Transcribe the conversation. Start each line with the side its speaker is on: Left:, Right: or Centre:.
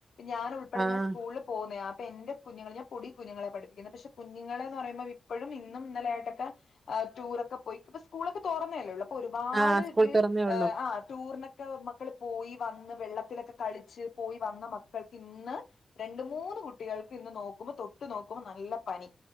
Left: ഞാൻ ഉൾപ്പെടെ
Right: ആഹ്
Left: ഞാൻ സ്കൂളിൽ പോന്നയ അപ്പൊ എന്റെ കുഞ്ഞുങ്ങൾ ഞാൻ പൊടി കുഞ്ഞുങ്ങളെ പഠിപ്പിക്കുന്ന പക്ഷേ കുഞ്ഞുങ്ങളെ ന്ന് പറയുമ്പം വീ ഇപ്പഴും ഇന്നും ഇന്നല ആയിട്ടൊക്കെ ടൂറൊക്കെ പോയി ഇപ്പോ സ്കൂളൊക്കെ തോറന്നല്ലേള്ളോ. പ്പ ഒരുപാട്
Right: ആഹ് സ്കൂൾ
Left: ഇവര്
Right: തുറന്നേ ഉള്ളൂ
Left: ഹ് ആ ടൂറിനൊക്കെ. ക്ക മക്കൾ പോയി വന്ന് വെള്ളത്തിലൊക്കെ കളിച്ച് പോയി വന്ന് മക്കൾക്ക് ഇന്ന്. രണ്ട് മൂന്ന് കുട്ടികൾക്ക് ഇന്ന് നോക്കുമ്പോ തൊട്ടു നോക്കുമ്പോ നല്ല പനി